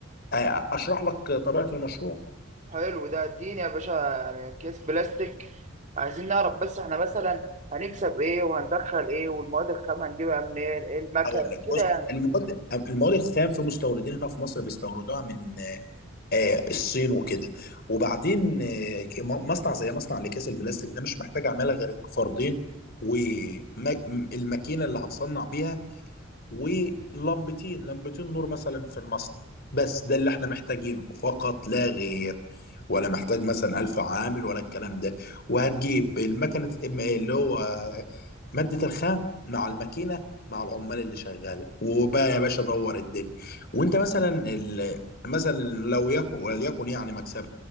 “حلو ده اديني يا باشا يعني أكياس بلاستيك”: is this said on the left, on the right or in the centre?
Right